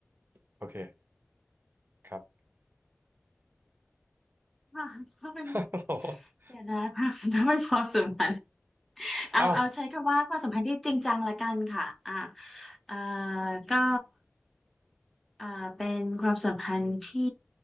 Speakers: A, on the right; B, in the centre.
A: โอเคครับ
B: ค่ะถ้าเป็น
A: <laughs>
B: เดี๋ยวนะถ้าถ้าเป็นความสัมพันธ์เอาเอาใช้คำว่าความสัมพันธ์ที่จริงจังละกันค่ะอ่า
A: เอ้า
B: เอ่อก็เอ่อเป็นความสัมพันธ์ที่